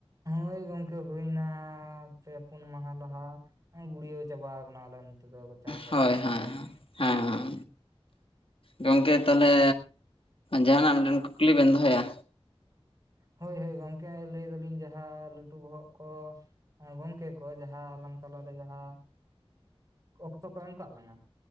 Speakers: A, on the right; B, on the left.
A: ᱦᱳᱭ ᱜᱚᱝᱠᱮ ᱦᱩᱭᱱᱟ ᱯᱮ ᱯᱩᱱ ᱢᱟᱦᱟ ᱞᱟᱦᱟ ᱾ ᱜᱩᱲᱭᱟᱹᱣ ᱪᱟᱵᱟᱣ ᱠᱟᱱᱟᱞᱮ᱾ ᱱᱚᱛᱮ ᱫᱚ ᱪᱟᱥᱵᱟᱥ
B: ᱦᱳᱭ
A: ᱠᱚᱫᱚ
B: ᱦᱳᱭ ᱦᱮᱸ ᱜᱚᱝᱠᱮ, ᱛᱟᱦᱚᱞᱮ ᱡᱟᱦᱟᱱᱟᱜ ᱢᱤᱫᱴᱮᱱ ᱠᱩᱠᱩᱞᱤ ᱵᱮᱱ ᱫᱚᱦᱚᱭᱟ?
A: ᱦᱳᱭ ᱦᱳᱭ ᱜᱚᱝᱠᱮ ᱞᱟᱹᱭ ᱫᱟᱞᱤᱧ ᱡᱟᱦᱟᱸ ᱞᱟᱹᱴᱩ ᱵᱚᱦᱚᱜ ᱠᱚ ᱜᱚᱝᱠᱮ ᱠᱚ ᱡᱟᱦᱟᱸ ᱟᱞᱟᱝ ᱛᱟᱞᱟᱨᱮ ᱡᱟᱦᱟᱸ ᱚᱠᱛᱚ ᱠᱚ ᱮᱢ ᱠᱟᱜ ᱞᱟᱝᱟ